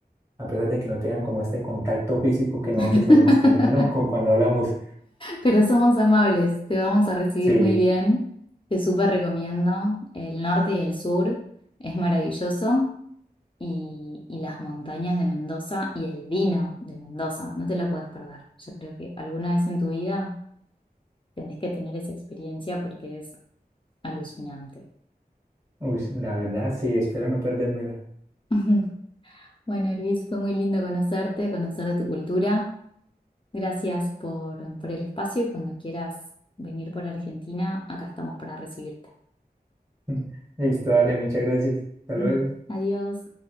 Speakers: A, on the right (about 20°); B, on the left (about 30°).
A: a pesar de que no tengan como este contacto físico que nosotros
B: <laughs>
A: solemos tener, ¿no? <laughs> Cu- Cuando hablamos.
B: Pero somos amables, te vamos a recibir
A: Sí,
B: muy bien. Te súper recomiendo el norte y el sur, es maravilloso. Y, y las montañas de Mendoza y el vino de Mendoza, no te lo puedes perder. Yo creo que alguna vez en tu vida tenés que tener esa experiencia porque es alucinante.
A: uy, la verdad, sí, espero no perdérmela.
B: <laughs> Bueno, Luis, fue muy lindo conocerte, conocer de tu cultura. Gracias por, por el espacio y cuando quieras venir por Argentina, acá estamos para recibirte.
A: <laughs> Listo, dale, muchas gracias. Hasta
B: Ujú.
A: luego.
B: Adiós.